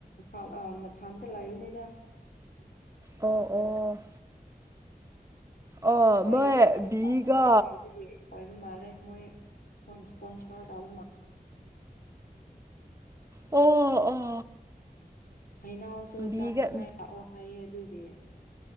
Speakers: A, on the left; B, on the right.
A: ꯑ ꯑ ꯃꯊꯟꯗ ꯂꯩꯕꯅꯦꯗꯥ
B: ꯑꯣ ꯑꯣ ꯑꯣ
A: ꯃꯣꯏꯒꯤꯗꯣ
B: ꯃꯣꯏ
A: ꯑꯃꯨꯛ
B: ꯕꯤꯒ
A: ꯇꯥꯅꯤꯡꯉꯥꯏ ꯂꯩꯕꯒꯤ ꯑꯣꯏꯕ ꯃꯥꯜꯂꯦ ꯃꯣꯏ ꯃꯣꯏꯅ ꯏꯁꯄꯣꯟꯁꯔ ꯇꯧꯕ ꯃꯥꯜ
B: ꯑꯣ ꯑꯣ
A: ꯍꯩꯅꯧꯁꯨ
B: ꯕꯤꯒ
A: ꯆꯥꯅꯤꯡꯉꯥꯏ ꯂꯥꯛꯑꯣ ꯍꯥꯏꯌꯦ ꯑꯗꯨꯒꯤ